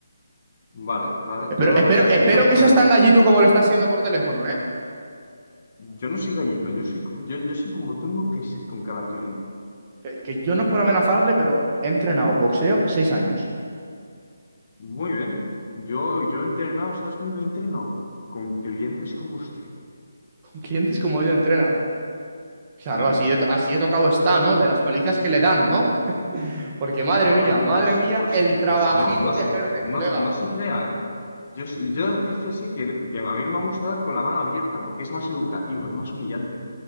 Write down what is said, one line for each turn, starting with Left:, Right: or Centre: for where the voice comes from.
Left: Vale, vale,
Right: Espero,
Left: yo la
Right: espero,
Left: verdad es que
Right: espero
Left: me da un poco...
Right: que seas
Left: de-
Right: tan gallito como lo está haciendo por teléfono, ¿eh?
Left: Yo no soy gallito, yo soy, co- yo, yo soy como tengo que ser con cada cliente.
Right: Que, que yo no es por amenazarle, pero he entrenado boxeo seis años.
Left: Muy bien. Yo, yo he entrenado, ¿sabes con qué entreno? Con clientes como usted.
Right: Con clientes como yo entrena. Claro,
Left: Sí.
Right: así de, así de tocado está, ¿no? De las palizas que le dan, ¿no? Porque
Left: Bueno,
Right: madre mía, madre
Left: pues,
Right: mía,
Left: pues,
Right: el trabajito
Left: pues no, no,
Right: que
Left: s-
Right: ejerces,
Left: no,
Right: colega.
Left: no se crea, ¿eh? Yo, s- yo fíjese que, que a mí me gusta dar con la mano abierta porque es más educativo, es más humillante,